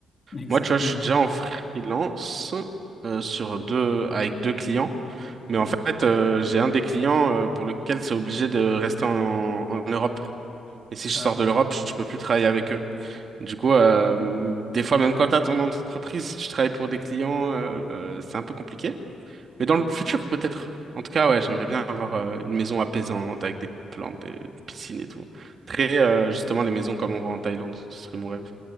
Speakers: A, on the left; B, on the right.
A: oui, exactement.
B: Moi, tu vois, je suis déjà en freelance euh, sur deux, avec deux clients. Mais
A: Oui,
B: en fait, euh, j'ai un des clients euh, pour lequel c'est obligé de rester en, en Europe. Et si je
A: ah
B: sors
A: oui.
B: de l'Europe, je peux plus travailler avec eux. Du coup, euh, des fois, même quand t'as ton entreprise, si tu travailles pour des clients, euh, euh, c'est un peu compliqué. Mais dans le futur, peut-être. En tout cas, ouais, j'aimerais bien avoir euh, une maison apaisante avec des plantes, des piscines et tout. Très, euh, justement, les maisons comme on voit en Thaïlande, ce serait mon rêve.